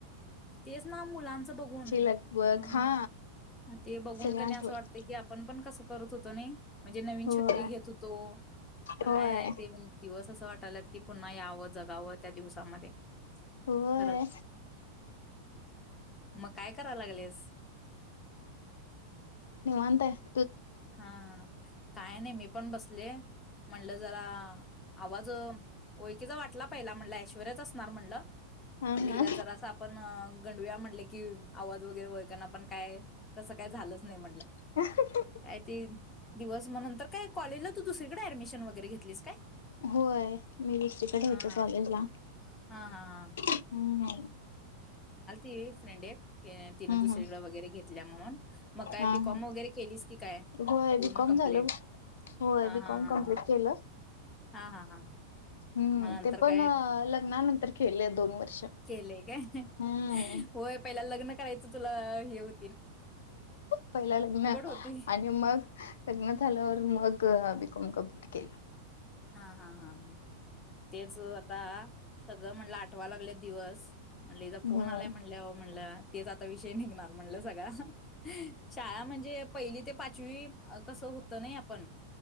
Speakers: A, on the left; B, on the left.
A: तेच ना मुलांच बघून
B: लगबग
A: ह
B: हा
A: ते बघून
B: सगळं
A: कनी
B: आठवत
A: असं वाटतं की आपण पण कसं करत होतो ना म्हणजे नवीन
B: होय
A: छत्री घेत होतो काय
B: होय
A: ते दिवस असं वाटत टत की पुन्हा यावं जगावं त्या दिवसामध्ये
B: हो आहे
A: खरंच मग काय कराव लागलेस
B: अ ते
A: हा काय नाही मी पण बसले म्हटलं जरा आवाजय किं वाटला पहिला म्हण ऐश्वरयच असणार म्हणलं
B: हा
A: म्हण हिला
B: हा
A: जरा आपण गं म्ह आवाज वगैरे व पण काय तसं काय झालंच नाही म्हटलं
B: ह
A: काय ते दिवस. म नंतर काय कॉलेजला त दुसळीकड ऍडमिशन वगैरे घेतलीस काय?
B: होय मी दुसरीकडे
A: हां-हां,
B: होते कॉलेजला
A: हां-हां-हां
B: हम्म
A: ते फ्रेंड एक ते तिनं
B: हम्म
A: दुसरीेडं
B: हम्म
A: वगैरे घेत तल्या म्हणून? मग काय
B: हा
A: बी
B: हा
A: कॉम वगैरे केलीस? काय
B: होय,
A: पूर्ण
B: बी कॉम
A: कंप्लीट
B: झालंय. होय,
A: हा
B: बी
A: हा
B: कॉम
A: हा
B: कमप्लीट
A: हा
B: केलं.
A: हा हा हा
B: हम्म,
A: मग नंतर
B: ते पण
A: काय
B: लग्नानंतर केले दोन वर्ष.
A: केलंय काय
B: हम्म.
A: होय पहिला लग्न करायचं तुला हे होत
B: पहिला लग्न.
A: होती
B: आणि मग लग्न झाल्यावर मग आवीत <unintelligible>
A: हां-हां-हां हं, तेच आता सगळं म्हणलं आठवा लागले दिवस. म्हणले हिजा
B: होय.
A: फोन आलाय म्हणल्याव म्हणलं तेच आता विषय निघणार म्हणलं सगळा. शाळा म्हणजे पहिली ते पाचवी अं कसं होतं नई आपण.